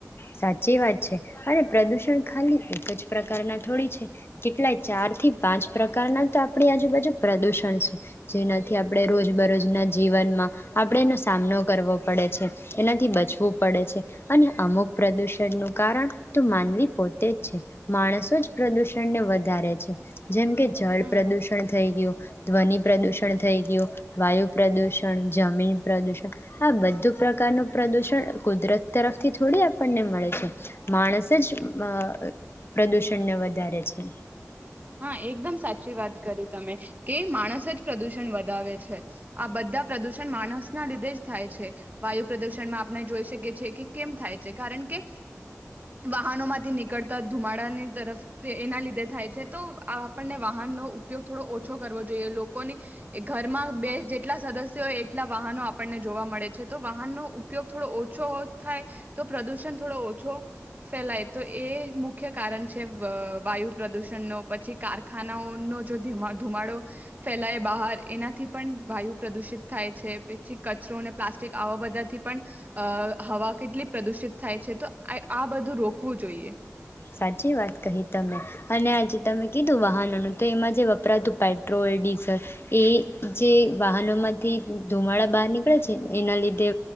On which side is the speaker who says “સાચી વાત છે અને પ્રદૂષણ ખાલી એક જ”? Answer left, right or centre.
Left